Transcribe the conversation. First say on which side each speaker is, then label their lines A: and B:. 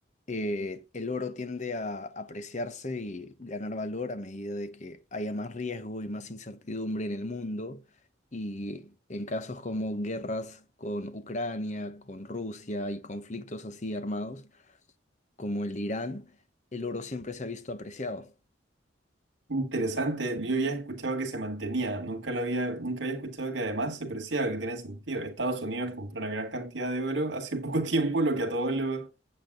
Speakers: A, on the left; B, on the right.
A: eh, el oro tiende a apreciarse y ganar valor a medida de que haya más riesgo y más incertidumbre en el mundo. Y en casos como guerras con Ucrania, con Rusia y conflictos así armados como el de Irán, el oro siempre se ha visto apreciado.
B: Interesante, yo había escuchado que se mantenía, nunca lo había, nunca había escuchado que además se preciaba, que tiene sentido. Estados Unidos compró una gran cantidad de oro hace <laughs> poco tiempo, lo que a todos lo,